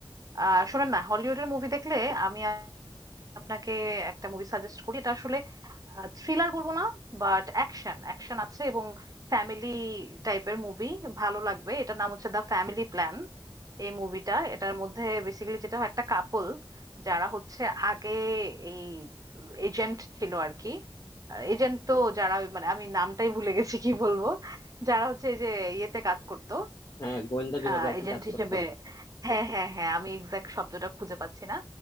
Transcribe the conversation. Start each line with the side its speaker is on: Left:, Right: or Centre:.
Right: আহ শোনেন না হলিউডের মুভি দেখলে আমি আপনাকে একটা মুভি সাজেস্ট করি এটা আসলে থ্রিলার বলবো না বাট অ্যাকশন অ্যাকশন আছে এবং ফ্যামিলি টাইপের মুভি ভালো লাগবে এটার নাম হচ্ছে দ্য ফ্যামিলি প্ল্যান এই মুভিটা এটার মধ্যে বেসিক্যালি যেটা হয় একটা কাপল যারা হচ্ছে আগে এই এজেন্ট ছিল আর কি এজেন্ট তো যারা ওই মানে আমি নামটাই ভুলে গেছি কি বলবো যারা হচ্ছে এই যে ইয়েতে কাজ করতো
Left: হ্যাঁ গোয়েন্দা বিভাগে
Right: আহ
Left: আর
Right: এজেন্ট
Left: কি কাজ
Right: হিসেবে
Left: করতো
Right: হ্যাঁ হ্যাঁ হ্যাঁ আমি এক্সাক্ট শব্দটা খুঁজে পাচ্ছি না